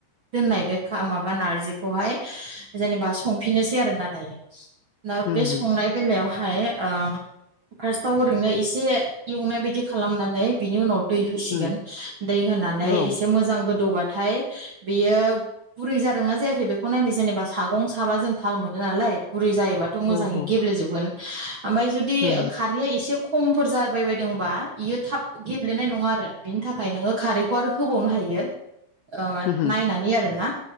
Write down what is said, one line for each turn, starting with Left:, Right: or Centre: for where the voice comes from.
Right: दोननाय बे माबा नारजि खौहाय जेनेबा संफिनोसै आरो ना दायो। दा
Left: उम
Right: बे
Left: उम
Right: संनाय बेलायाव हाय ओ फार्स्टआव ओरैनो एसे एवनाय बायदि खालामनानै बिनि उनाव दै होसि
Left: उम
Right: गोन दै होनानै
Left: औ
Right: एसे गोदौ बाथाय बेयो बुरै जादोंना जायाखै बेखौ नायनो जेनेबा सागं साबा जों थाल मोनो नालाय गुरै जायोबाथ' मोजाङै
Left: औ औ
Right: गेब्लेे जोबगोन। ओमफाय जुदि
Left: उम
Right: खारैआ एसे खम फोर जाबाय बायदोंबा इयो थाब गेब्लेनाय नङा आरो बिनि थाखाय नोङो खारैखौ आरो होबावनो हायो। ओ
Left: उम
Right: नायनानै आरोना